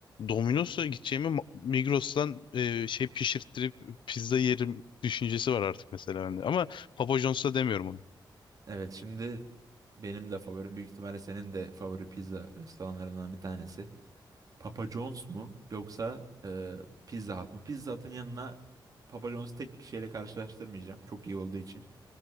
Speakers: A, on the left (about 75°); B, on the right (about 45°).
A: Domino's'a gideceğime Ma- Migros'tan e, şey pişirttirip pizza yerim düşüncesi var artık mesela bende. Ama Papa John's'a demiyorum onu.
B: Evet şimdi benim de favorim büyük ihtimalle senin de favori pizza restoranlarından bir tanesi. Papa John's mu yoksa e, Pizza Hut mu? Pizza Hut'ın yanına Papa John's tek bir şeyle karşılaştırmayacağım. Çok iyi olduğu için.